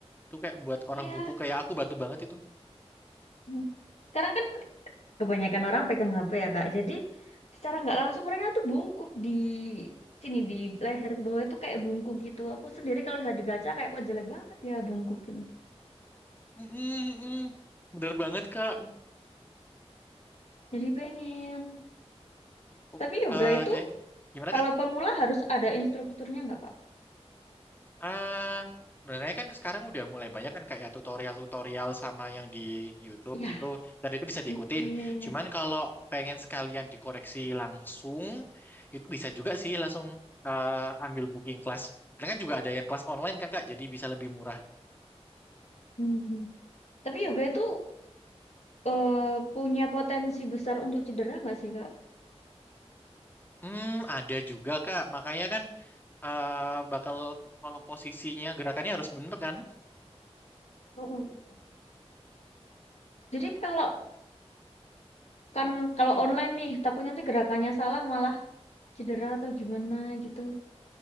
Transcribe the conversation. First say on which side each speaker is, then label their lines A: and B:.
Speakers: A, on the left; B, on the left.
A: Itu kayak buat orang
B: Iya,
A: bungkuk kayak aku bantu banget itu.
B: Hmm. Sekarang kan kebanyakan orang pegang HP ya Kak. Jadi secara nggak langsung mereka tuh bungkuk di sini di leher ke bawah itu kayak bungkuk gitu. Aku sendiri kalau lihat di kaca kayak kok jelek banget ya bungkuk gitu.
A: Mm-mm, mm-mm. Bener banget kak.
B: Jadi pengen.
A: Oh,
B: Tapi yoga
A: eh,
B: itu
A: Oke, gimana
B: kalau
A: kak?
B: pemula harus ada instrukturnya nggak, Kak?
A: Ah, sebenarnya kan sekarang udah mulai banyak kan kayak tutorial-tutorial sama yang di YouTube
B: Ya,
A: gitu, dan itu bisa diikutin.
B: Iya, iya, iya.
A: Cuman kalau pengen sekalian dikoreksi langsung, itu bisa juga sih langsung eh, ambil booking kelas. Karena kan juga ada yang kelas online kan kak, jadi bisa lebih murah.
B: Hmm. Tapi yoga itu eh, punya potensi besar untuk cedera nggak sih, Kak?
A: Hmm, ada juga kak. Makanya kan eh, bakal kalau posisinya gerakannya harus bener kan?
B: Mm-mm. Jadi kalau kan kalau online nih takutnya nanti gerakannya salah malah cedera atau gimana gitu.